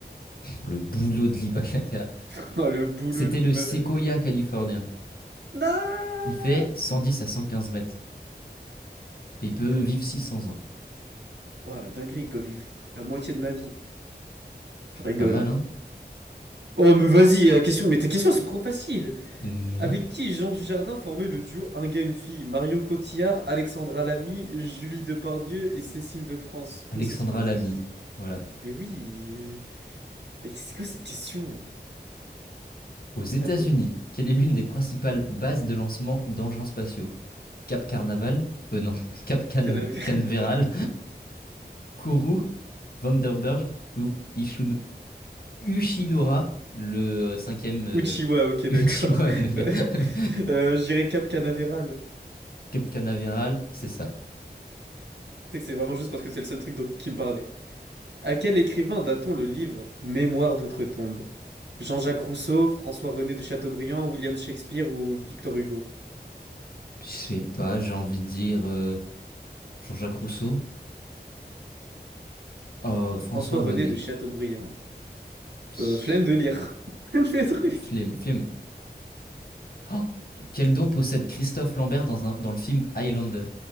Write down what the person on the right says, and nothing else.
<laughs> Comment le boulot
de l'Himalaya?
Non!
Purée.
Ouah, la dinguerie, ils peuvent vivre la moitié de ma vie. Je rigole.
Oh, mais vas-y, la question... mais tes questions elles sont trop faciles.
Avec qui Jean Dujardin formait le duo Un gars, une fille? Marion Cotillard, Alexandra Lamy, Julie Depardieu et Cécile de France.
Ou Cécile de France.
Mais oui. Mais c'est quoi cette question?
À toi.
Canavé... <laughs>
Uchiwa,
ok,
d'accord. <laughs>
Euh, je dirais Cap Canaveral.
sais que c'est vraiment juste parce que c'est le seul truc dont- qui me parlait. À quel écrivain date-t-on le livre Mémoire d'outre-tombe? Jean-Jacques Rousseau, François-René de Chateaubriand, William Shakespeare ou Victor Hugo?
François-René
de Chateaubriand.
Euh, flemme de lire. <laughs> Des trucs.